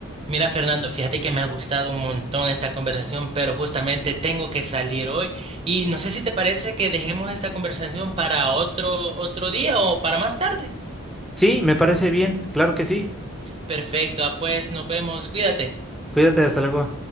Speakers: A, on the right; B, in the centre.
A: mira, Fernando, fíjate que me ha gustado un montón esta conversación, pero justamente tengo que salir hoy y no sé si te parece que dejemos esta conversación para otro, otro día o para más tarde.
B: Sí, me parece bien, claro que sí.
A: Perfecto, ah, pues nos vemos, cuídate.
B: Cuídate, hasta luego.